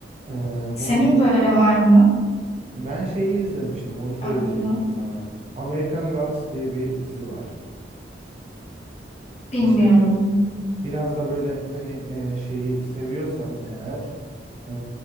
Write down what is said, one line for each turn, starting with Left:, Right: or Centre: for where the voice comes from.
Right: Ee,
Left: Senin
Right: onun
Left: böyle var mı?
Right: ben şeyi izlemiştim, onu söyleyecektim
Left: aklımda?
Right: sana. American Gods diye bir dizi var.
Left: Bilmiyorum.
Right: İşte Biraz da böyle hani e, şeyi seviyorsan eğer e,